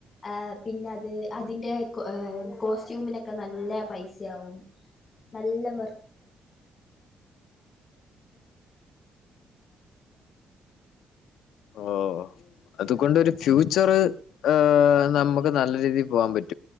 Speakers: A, on the left; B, on the left.
A: അ പിന്നെത് അതിന്റെ കോസ്റ്റ്യൂമിനൊക്കെ നല്ല പൈസയാവും നല്ല വർ
B: ഓ അതുകൊണ്ടൊരു
A: ആഹ്
B: ഫ്യൂച്ചർ ് നമുക്ക് നല്ല രീതിയിൽ പോകൻ പറ്റും